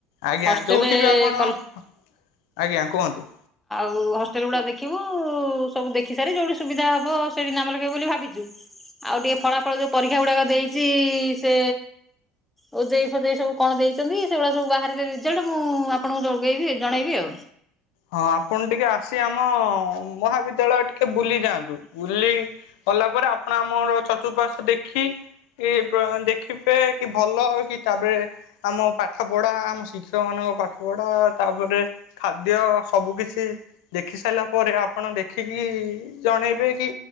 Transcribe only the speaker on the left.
ଆଜ୍ଞା
ଯୋଉଠି ବି ଆପଣ
ଆଜ୍ଞା କୁହନ୍ତୁ।
ହଁ ଆପଣ ଟିକେ ଆସି ଆମ ମହାବିଦ୍ୟାଳୟ ଟିକେ ବୁଲି ଯାଆନ୍ତୁ ବୁଲି ଗଲା ପରେ ଆପଣ ଆମର ଚତୁଃପାର୍ଶ ଦେଖି ଇ ପ୍ର ଦେଖିବେ କି ଭଲ କି ତାପରେ ଆମ ପାଠ ପଢ଼ା ଆମ ଶିକ୍ଷକ ମାନ ନ ପାଠ ପଢ଼ା ତାପରେ ଖାଦ୍ୟ ସବୁ କିଛି ଦେଖି ସାଇଲା ପରେ ଆପଣ ଦେଖିକି ଜଣେଇବେ କି